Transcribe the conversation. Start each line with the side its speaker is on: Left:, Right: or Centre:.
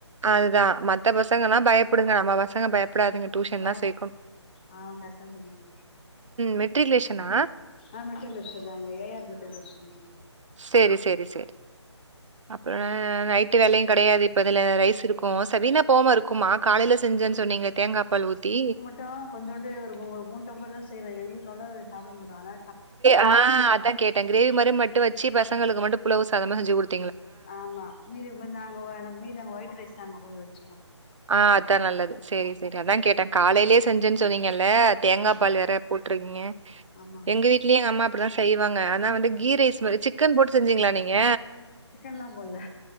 Right: அதுதா மத்த பசங்கனா பயப்படுங்க நம்ம பசங்க பயப்படாதுங்க டியூஷன் எல்லா
Left: பயப்
Right: சேக்கணு
Left: ஆ கரக்டா சொல்லீங்
Right: மெட்ரிகுலேஷனா?
Left: ஆ மெட்ரிகுலேஷன்த ஏ ஆர் மெட்ரிகுலேஷன்
Right: சேரி சேரி சேரி அப்றோ நைட் வீட்டு வேலையு கெடையாது இப்பதுல ரைஸ் இருக்கு சபீனா போமா இருக்குமா காலையில செஞ்சன்னு சொன்னீங்களா தேங்காபால் ஊத்தி
Left: டோ கொஞ்சோண்டு ஒரு மூணு டம்பர் தா செய்வ எங்களுக்கு அவ்ளவா சாப்ட மாட்டோ ஆனா
Right: ஆ அதா கேட்ட கிரேவி மாரி மட்டு வச்சு பசங்களுக்கு மட்டு புலவு சாதமா செஞ்சு குடுத்
Left: ஆமா மீது நாங்க மீதம் பேர் ஒயிட் ரைஸ் நாங்க கொஞ்சோ வடிச்சுக்கோ
Right: ஆ அதா நல்லது சேரி சேரி அதா கேட்டே காலையிலயே செஞ்சேன்னு சொன்னிங்களா தேங்காய்
Left: ஆமா
Right: பால் வேற போட்டிருக்கீங்க
Left: ஆமா
Right: எங்க வீட்லயு எங்க அம்மா அப்டிதா செய்வாங்க அதா வந்து கீ ரைஸ் மாரி சிக்கன் போட்டு செஞ்சீங்களா நீங்க
Left: சிக்கன் எல்லா போடல